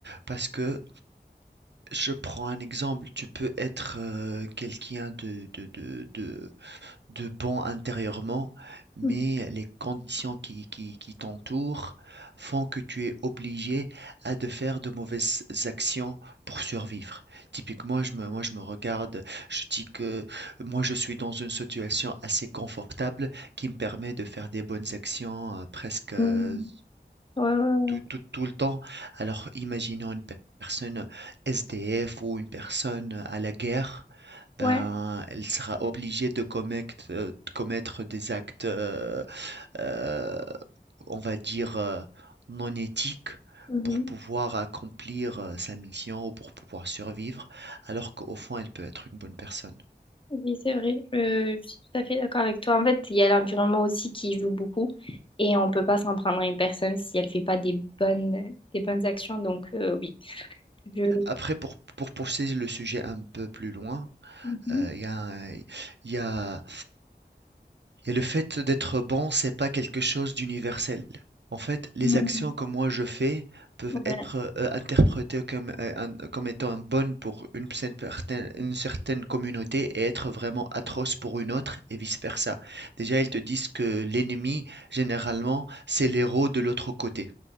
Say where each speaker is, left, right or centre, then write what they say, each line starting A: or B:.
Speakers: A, on the right; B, on the left.
A: parce que je prends un exemple, tu peux être, heu, quelqu'un de de de de de bon intérieurement, mais
B: Mhm.
A: les conditions qui qui qui t'entourent font que tu es obligé à de faire de mauvaises actions pour survivre. Typiquement, je me moi, je me regarde, je dis que moi, je suis dans une situation assez confortable qui me permet de faire des bonnes actions, heu, presque, heu
B: Mhm. Ouais, ouais,
A: tout tout tout le temps. Alors, imaginons une pe- personne SDF ou une personne à la guerre, ben,
B: ouais.
A: elle sera obligée de commettre, euh, de commettre des actes, euh, euh, on va dire, euh, non éthiques
B: Ouais.
A: pour pouvoir accomplir euh, sa mission ou pour pouvoir survivre, alors qu'au fond, elle peut être une bonne personne.
B: Oui, c'est vrai, je, je suis tout à fait d'accord avec toi. En fait, il y a l'environnement aussi qui joue beaucoup et on peut pas s'en prendre à une personne si elle fait pas des bonnes, des bonnes actions. Donc, euh, oui, je...
A: Après, pour, pour pousser le sujet un peu plus loin,
B: Mhm.
A: euh, il y a, il y a Et le fait d'être bon, c'est pas quelque chose d'universel. En fait, les
B: Mhm.
A: actions que moi je fais peuvent
B: Ouais,
A: être euh, interprétées comme, euh, un- comme étant bonnes pour une certaine, une certaine communauté et être vraiment atroces pour une autre et vice-versa. Déjà, ils te disent que l'ennemi, généralement, c'est l'héros de l'autre côté.